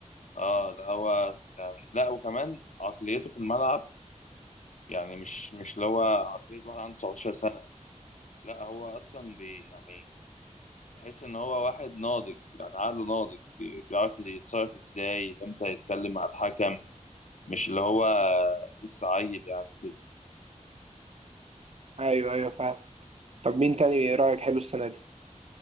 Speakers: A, on the left; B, on the right.
A: اه ده هو س- يعني لا وكمان عقليته في الملعب يعني مش مش اللي هو عقليه واحد عنده 19 سنه لا هو اصلا بي يعني تحس ان هو واحد ناضج يعني عقله ناضج بيعرف إزاي يتصرف ازاي امتى يتكلم مع الحكم مش اللي هو لسه عيل يعني وكده
B: ايوه ايوه فاهم طب مين تاني ايه رأيك حلو السنة دي